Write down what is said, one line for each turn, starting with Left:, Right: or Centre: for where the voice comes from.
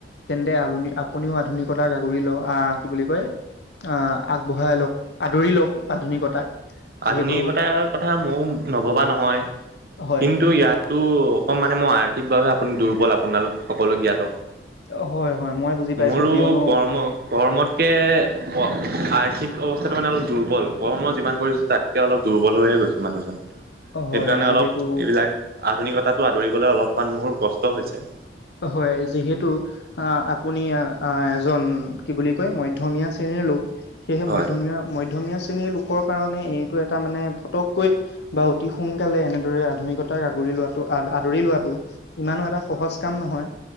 Left: তেন্তে আ-আপুনিও আধুনিকতাক আগুৰি ল' আ, কি বুলি কয় আ, আগবঢ়াই লওক, আদৰি লওক আধুনিকতাক। যিহেতু
Right: আধুনিকতাৰ কথা ময়ো নভবা নহয়
Left: হয়
Right: কিন্তু ইয়াত টো অকণ মানে মই আৰ্থিকভাৱে আপুনি দুৰ্বল আপোনালোক সকলো জ্ঞাত।
Left: অ' হয় হয় মই বুজি পাইছোঁ
Right: মোৰো
Left: কিয়নো
Right: কৰ্ম কৰ্মতকে অ' আৰ্থিক অৱস্থাটো মানে অলপ দুৰ্বল। কৰ্ম যিমান কৰি তাতকৈ অলপ দুৰ্বল হৈহে গৈছোঁ মানুহজন, সেইটো
Left: হয়
Right: কাৰণে
Left: যিহেতু
Right: অলপ এইবিলাক আধুনিকতাটো আদৰিবলৈ অলপমান মোৰ কষ্ট হৈছে।
Left: হয় যিহেতু আ, আপুনি এজন কি বুলি কয় মৈধ্যমিয়া শ্ৰেণীৰ লোক। সেয়েহে
Right: হয়
Left: মধ্যমীয়া মধ্যমীয়া শ্ৰেণীৰ লোকৰ কাৰণে এইটো এটা মানে ফটককৈ বা অতি সোনকালে এনেদৰে আধুনিকতাক আগুৰি লোৱাটো ধৰি লোৱাটো ইমানো এটা সহজ কাম নহয়।